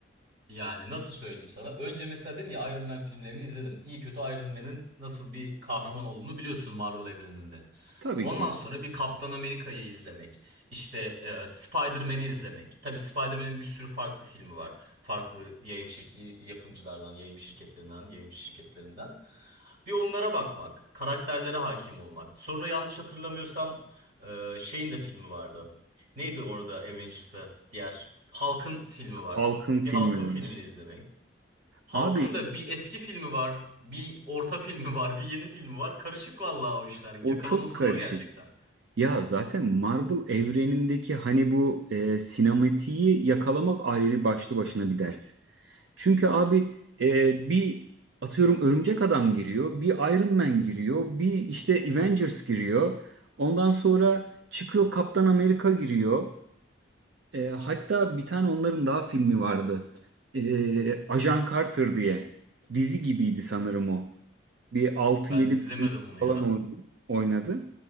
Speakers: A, on the right; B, on the right.
A: Yani nasıl söyleyeyim sana? Önce mesela dedin ya Iron Man filmlerini izledim. İyi kötü Iron Man'in nasıl bir kahraman olduğunu biliyorsun Marvel evreninde.
B: Tabii
A: Ondan
B: ki.
A: sonra bir Kaptan Amerika'yı izlemek, işte e, Spider-Man'i izlemek. Tabii Spider-Man'in bir sürü farklı filmi var. Farklı yayın şirki yapımcılardan, yayın şirketlerinden, yayın şirketlerinden. Bir onlara bakmak, karakterlere hakim olmak. Sonra yanlış hatırlamıyorsam e, şeyin de filmi vardı. Neydi orada Avengers'ta diğer Hulk'ın filmi var.
B: Halkın
A: Bir
B: filmi
A: halkın
B: var.
A: filmini izlemek. Halkın
B: Abi
A: da bir eski filmi var, bir orta filmi var, bir yeni filmi var. Karışık vallahi o işler. Yakalaması
B: o çok karışık.
A: zor gerçekten.
B: Ya zaten Marvel evrenindeki hani bu e, sinematiği yakalamak ayrı başlı başına bir dert. Çünkü abi e, bir atıyorum Örümcek Adam giriyor, bir Iron Man giriyor, bir işte Avengers giriyor. Ondan sonra çıkıyor Kaptan Amerika giriyor. E, hatta bir tane onların daha filmi vardı. E, Ajan Carter diye. Dizi gibiydi sanırım o. Bir altı
A: Ben
B: yedi
A: izlemedim onu
B: falan
A: ya.
B: oynadı. oynadı.